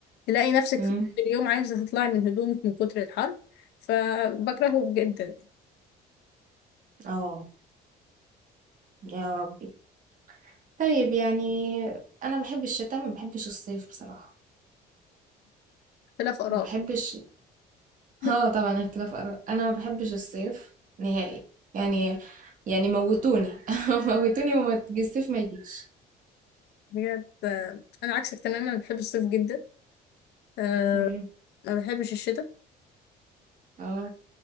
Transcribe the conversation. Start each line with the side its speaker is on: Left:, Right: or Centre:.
Left: تلاقي نفسك
Right: امم
Left: في نص اليوم عايزة تطلعي من هدومك من كتر الحر فبكرهه جدا
Right: اه يا ربي طيب يعني انا بحب الشتاء ما بحبش الصيف بصراحة
Left: اختلاف آراء
Right: ما بحبش <laughs>
Left: <laughs>
Right: اه طبعا اختلاف اراء انا ما بحبش الصيف نهائي يعني يعني موتوني <laughs> موتوني وما الصيف ما يجيش
Left: بجد آه، أنا عكسك تماما بحب الصيف جدا أه
Right: امم
Left: ما بحبش الشتاء
Right: اه